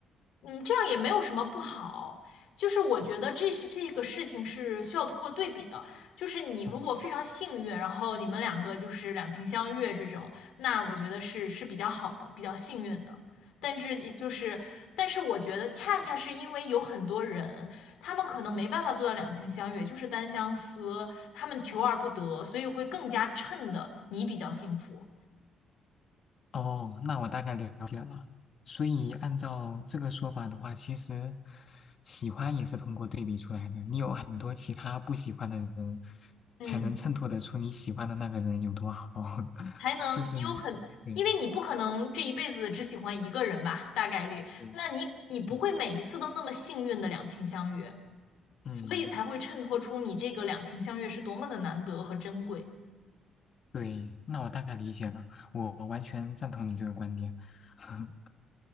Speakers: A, on the left; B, on the left.
A: 嗯，这样也没有什么不好，就是我觉得这是这个事情是需要通过对比的，
B: 嗯
A: 就是你如果非常幸运，
B: 嗯。
A: 然后你们两个就是两情相悦这种，那我觉得是是比较好的，比较幸运的。但是也就是，但是我觉得恰恰是因为有很多人，他们可能没办法做到两情相悦，就是单相思，他们求而不得，所以会更加衬的你比较幸福。
B: 哦，那我大概了解了。所以按照这个说法的话，其实喜欢也是通过对比出来的。你有很多其他不喜欢的人，
A: 嗯。
B: 才能衬托得出你喜欢的那个人有多好。<laughs>
A: 才能你有很，
B: 就是，对，
A: 因为你不可能这一辈子只喜欢一个人吧，
B: 嗯
A: 大概率，
B: 对，
A: 那你你不会每一次都那么幸运的两情相悦，
B: 嗯，嗯，
A: 所以才会衬托出你这个两情相悦是多么的难得和珍贵。
B: 对。那我大概理解了，我完全赞同你这个观点。<laughs>